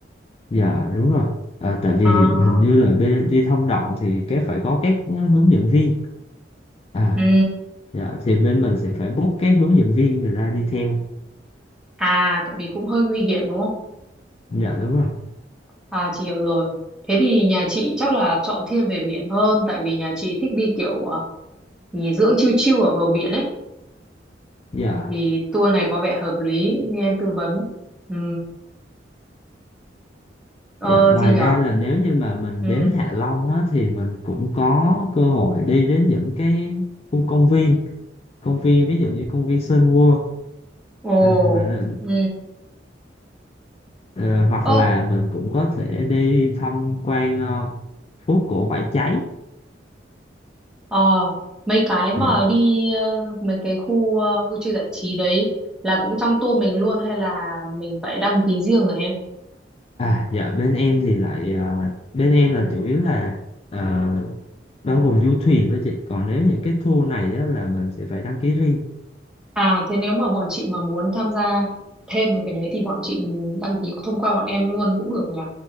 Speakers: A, on the left (about 35°); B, in the centre.
A: Dạ đúng rồi à, tại vì
B: à
A: hình như là bên đi thông động thì cái phải có các hướng dẫn viên à
B: Ừ,
A: dạ thì bên mình sẽ phải book các hướng dẫn viên người ta đi theo
B: à tại vì cũng hơi nguy hiểm đúng không?
A: dạ đúng rồi
B: À chị hiểu rồi. Thế thì nhà chị chắc là chọn thiên về biển hơn tại vì nhà chị thích đi kiểu à, nghỉ dưỡng chill chill ở bờ biển ấy
A: dạ
B: thì tour này có vẻ hợp lý như em tư vấn. Ừ, ờ
A: dạ ngoài
B: gì nhở?
A: ra là nếu như mà mình
B: Ừ,
A: đến Hạ Long á, thì mình cũng có cơ hội đi đến những cái khu công viên công viên ví dụ như công viên Sun World
B: ồ,
A: à, là, là,
B: ừ,
A: ờ, hoặc
B: ơ,
A: là mình cũng có thể đi tham quan ờ, phố cổ Bãi Cháy
B: ờ, mấy cái
A: dạ
B: mà đi ờ, mấy cái khu ờ, vui chơi giải trí đấy là cũng trong tour mình luôn hay là mình phải đăng ký riêng rồi em?
A: À dạ bên em thì lại ờ, bên em là chủ yếu là ờ, bao gồm du thuyền thôi chị còn nếu những cái tour này á, là mình sẽ phải đăng ký riêng
B: À thế nếu mà bọn chị mà muốn tham gia thêm mấy cái đấy thì bọn chị đăng ký thông qua bọn em luôn cũng được nhỉ?